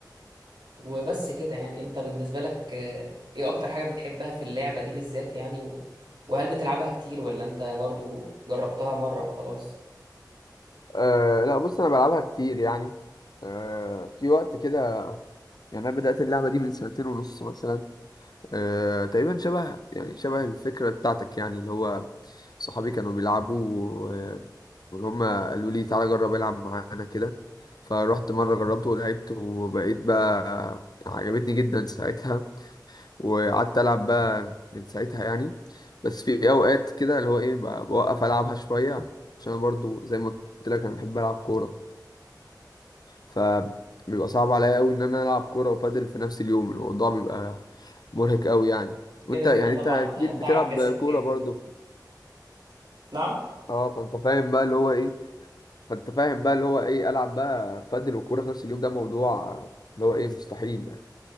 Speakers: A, on the right; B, on the left.
A: وبس كده يعني انت بالنسبة لك آه، ايه اكتر حاجة بتحبها في اللعبة دي بالذات يعني و... وهل بتلعبها كتير ولا انت برضو جربتها مرة وخلاص
B: أه، لا بص انا بلعبها كتير يعني أه، في وقت كده يعني انا بدات اللعبه دي من سنتين ونص مثلا آه، تقريبا شبه يعني شبه الفكرة بتاعتك يعني اللي هو صحابي كانوا بيلعبوا آه، وإن هما قالوا لي تعالى جرب العب معانا كده فروحت مرة جربت ولعبت وبقيت بقى عجبتني جدا ساعتها وقعدت ألعب بقى من ساعتها يعني بس في أوقات كده اللي هو إيه ب- بوقف ألعبها شوية عشان أنا برضو زي ما قلت لك أنا بحب ألعب كورة فبيبقى صعب عليا قوي ان انا العب كوره وبادل في نفس اليوم الموضوع بيبقى مرهق قوي يعني وانت
A: كده كده
B: يعني
A: طبعا
B: انت اكيد
A: آه، تعب
B: بتلعب
A: جسدي
B: كوره
A: جامد
B: برضو
A: نعم
B: اه فانت فاهم بقى اللي هو ايه فانت فاهم بقى اللي هو ايه العب بقى بادل وكوره في نفس اليوم ده موضوع اللي هو ايه مستحيل يعني